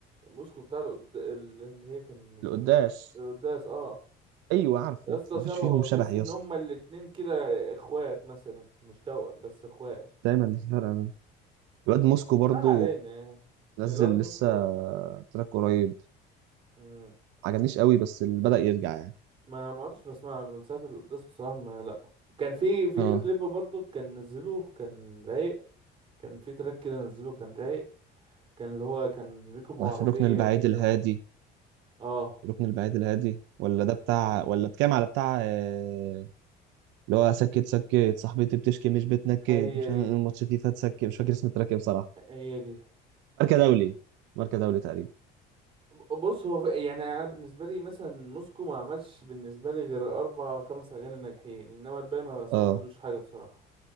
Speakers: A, on the right (about 30°); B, on the right (about 85°).
A: موسكو بتاع القد- ال- اللي هي كان منزلها
B: القداس
A: القداس اه
B: أيوه عارفه
A: يا اسطى
B: مفيش
A: شبهه
B: فيهم
A: تحس
B: شبه يا
A: ان
B: اسطى
A: هما الاتنين كده اخوات مثلا مش توأم بس اخوات
B: دايما الفرق الواد موسكو برضو
A: ما علينا
B: نزل
A: الواد موسكو
B: لسه تراك قريب
A: مم.
B: عجبنيش قوي بس اللي بدأ يرجع يعني
A: ما ما عدتش بسمع له من ساعة القداس بصراحة ما لا كان في فيديو
B: اه
A: كليب برضه كان نزله كان رايق كان في تراك كده نزله كان رايق كان اللي هو كان ركبوا عربية
B: في الركن البعيد
A: كده
B: الهادي
A: و... اه
B: الركن البعيد الهادي ولا ده بتاع ولا بتكلم على بتاع آه، اللي هو سكت سكت صاحبتي بتشكي مش بتنكد
A: هي
B: مش عارف
A: دي
B: الماتش فيفا تسكت مش فاكر اسم التراك ايه بصراحة
A: هي دي
B: ماركة دولي ماركة دولي تقريبا
A: ب- بص هو ف- يعني انا بالنسبه لي مثلا موسكو ما عملش بالنسبه لي غير اربع خمس اغاني ناجحين انما الباقي ما سمعتلوش
B: اه
A: حاجه بصراحه